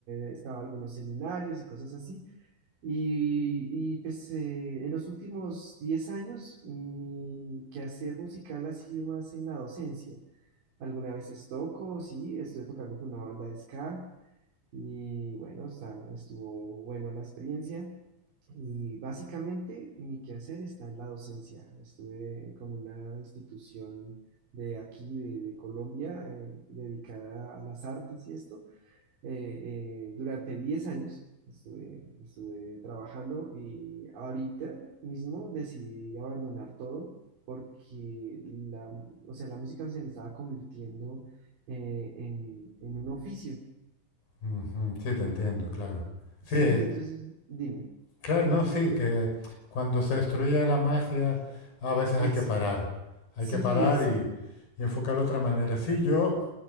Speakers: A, on the right; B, on the left.
A: he estado en algunos seminarios y cosas así y, y, pues eh, en los últimos 10 años mi quehacer musical ha sido más en la docencia. Alguna veces toco, sí, estuve tocando con una banda de ska y bueno, está, estuvo bueno la experiencia. Y básicamente mi quehacer está en la docencia. Estuve con una institución de aquí, de, de Colombia, eh, dedicada a las artes y esto eh, eh, durante 10 años estuve, estuve trabajando y ahorita mismo decidí abandonar todo porque la, o sea, la música se me estaba convirtiendo eh, en, en un oficio.
B: ujú, sí, te entiendo, claro.
A: Sí,
B: Sí, eh,
A: entonces dime,
B: claro, no, sí, que cuando se destruye la magia, a veces
A: eso.
B: hay que parar. Hay
A: Sí,
B: que parar
A: exacto.
B: y, y enfocarlo de otra manera. Sí, yo,